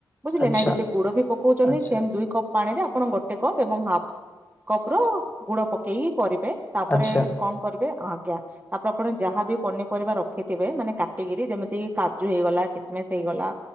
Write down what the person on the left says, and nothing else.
ଆଚ୍ଛା
ଆଚ୍ଛା
ଆଚ୍ଛା